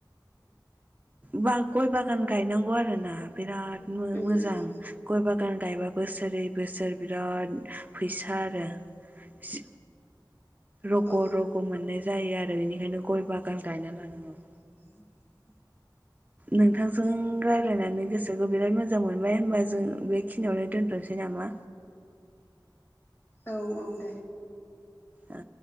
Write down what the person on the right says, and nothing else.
बा गय बागान गायनांगौ आरोना बिराद मो-मोजां
गय बा गान गायबा बोसोरै बोसोर बिराद फैसा आरो जि रग'
रग' मोननाय जायो आरो बेनिखायनो गय बागान गायना लानांगौ।
नोंथांजों रायलायनानै गोसोखौ बिराद मोजां मोन बाय होनबा जों बे खिनियावनो दोनथ'नसै नामा?
ओ।